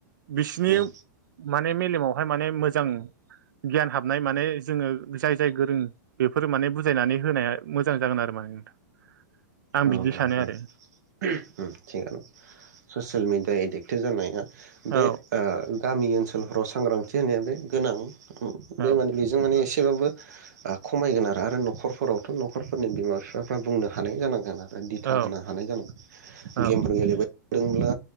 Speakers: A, on the right; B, on the right.
A: बिसिनि
B: उम
A: माने मेलेमावहाय माने मोजां गियान हाबनाय माने जोङो जाय जाय गोरों बेफोर माने बुजायनानै होनाया मोजां जागोन आरो माने नोंथां। आं
B: औ औ
A: बिदि
B: औ
A: सानो
B: ओम
A: आरो
B: थिगानो ससियेल मिडिया एडिक्टेड जानाय बे
A: औ
B: ओ गामि ओनसोलफोराव सांग्रांथि होनाया बे गोनां उम बे
A: औ
B: माने बेजों माने एसे सेबाबो ओ खमायगोन आरो आरो न'खरफोरावथ' न'खरफोरनि बिमा बिफाफ्रा बुंनो हानाय जानां <unintelligible> बा दिथा
A: औ
B: होनो हानाय जानांगोन
A: औ
B: गेमफोर गेलेबाय दोंब्ला